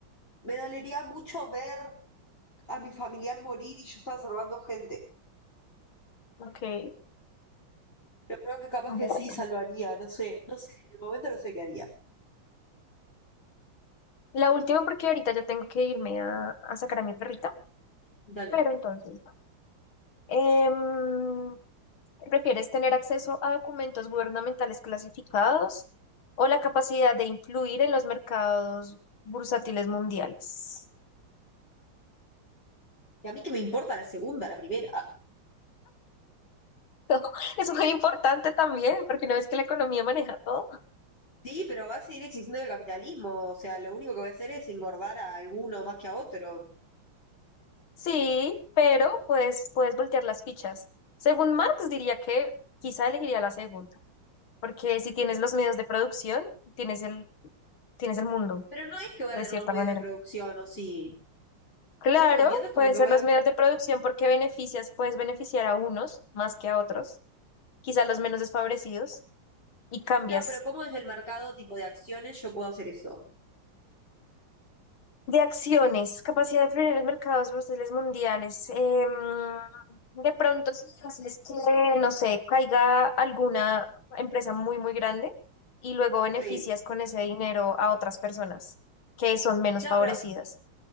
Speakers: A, on the left; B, on the left.
A: me dolería mucho ver a mi familiar morir y yo estar salvando gente.
B: Ok,
A: Pero creo que capaz
B: bueno.
A: que sí salvaría, no sé, no sé, en el momento no sé qué haría.
B: La última, porque ahorita ya tengo que irme a, a sacar a mi perrita,
A: Dale.
B: pero entonces, em, ¿prefieres tener acceso a documentos gubernamentales clasificados o la capacidad de influir en los mercados bursátiles mundiales?
A: Y a mí que me importa la segunda, la primera.
B: <laughs> Es muy importante también, porque una vez que la economía maneja todo.
A: Sí, pero va a seguir existiendo el capitalismo, o sea, lo único que voy a hacer es engordar a alguno más que a otro.
B: Sí, pero pues puedes voltear las fichas. Según Marx diría que quizá elegiría la segunda, porque si tienes los medios de producción, tienes el, tienes el mundo,
A: Pero no es que voy a
B: de
A: tener
B: cierta
A: los medios
B: manera.
A: de producción, o sí.
B: Claro,
A: Yo lo que entiendo es como
B: pueden
A: que
B: ser
A: voy
B: los
A: a...
B: medios de producción porque beneficias, puedes beneficiar a unos más que a otros, quizá los menos desfavorecidos, y cambias
A: Claro, pero ¿cómo desde el mercado tipo de acciones yo puedo hacer eso?
B: De acciones, capacidad de influir en los mercados bursátiles mundiales. Em, de pronto, si haces que, no sé, caiga alguna empresa muy, muy grande y luego beneficias
A: Sí.
B: con ese dinero a otras personas que son menos
A: Claro,
B: favorecidas.
A: pero